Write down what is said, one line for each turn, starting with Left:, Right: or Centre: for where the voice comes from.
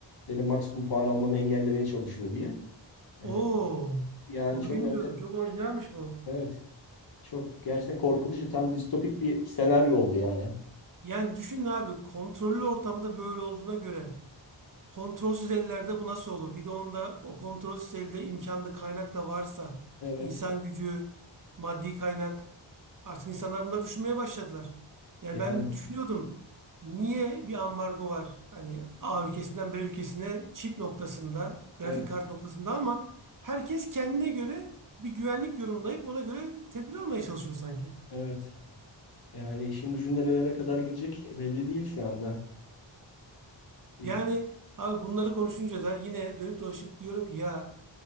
Left: Benim maksimum puan almamı engellemeye çalışıyor diye. Ee,
Right: Oo,
Left: yani
Right: bunu
Left: çok
Right: bilmiyordum.
Left: enter-
Right: Çok orijinalmiş bu.
Left: evet çok gerçekten korkutucu tam distopik bir senaryo oldu yani.
Right: Yani düşün abi kontrollü ortamda böyle olduğuna göre Kontrolsüz ellerde bu nasıl olur? Bir de onda o kontrolsüz elde imkanda kaynak da varsa
Left: Evet
Right: insan gücü, maddi kaynak artık insanlar bunları düşünmeye başladılar. Yani
Left: yani
Right: ben düşünüyordum niye bir ambargo var? Hani A ülkesinden B ülkesine çip noktasında, grafik
Left: evet
Right: kart noktasında ama herkes kendine göre bir güvenlik yorumlayıp ona göre tedbir almaya çalışıyor sanki.
Left: evet. Yani işin ucu nerelere kadar gidecek belli değil şu anda. Bi-
Right: Yani abi bunları konuşunca da yine dönüp dolaşıp diyorum ki ya